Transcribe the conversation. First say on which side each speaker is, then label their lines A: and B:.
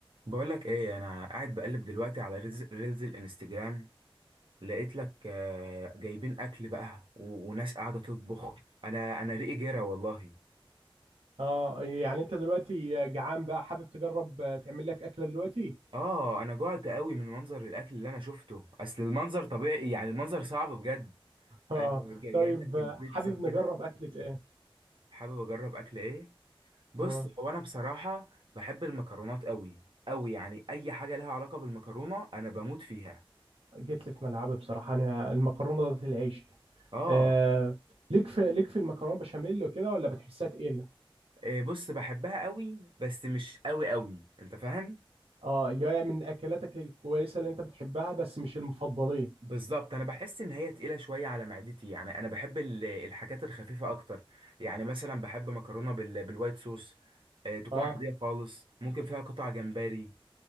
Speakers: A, on the right (about 60°); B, on the right (about 80°).
A: بقولك ايه انا قاعد بقلب دلوقتي على ريلز, ريلز الانستجرام لقيت لك آه، جايبين اكل بقى و- وناس قاعده تطبخ انا انا ريقي جرى والله
B: اه يعني انت دلوقتي جعان بقى حابب تجرب آه، تعمل لك اكله دلوقتي
A: اه انا جوعت قوي من منظر الاكل اللي انا شفته اصل المنظر طبيعي يعني المنظر صعب بجد
B: <laughs> اه
A: آه، جا-
B: طيب
A: جايب لك
B: آه،
A: البيتزا
B: حابب نجرب
A: كده
B: اكله ايه
A: حابب اجرب اكل ايه بص
B: اه
A: هو انا بصراحه بحب المكرونات قوي قوي يعني اي حاجه لها علاقه بالمكرونه انا بموت فيها
B: جيت لي في ملعبي بصراحه انا المكرونه ذات العيش
A: اه
B: آه ليك في ليك في المكرونه بشاميل وكده ولا بتحسها تقيله
A: إيه، بص بحبها قوي بس مش قوي قوي انت فاهم
B: اه اللي هي من اكلاتك الكويسه اللي انت بتحبها بس مش المفضليه
A: بالظبط انا بحس ان هي تقيله شويه على معدتي يعني انا بحب ال- الحاجات الخفيفه اكتر يعني مثلا بحب مكرونه بال... بالوايت صوص إيه، تكون
B: اه
A: عاديه خالص ممكن فيها قطع جمبري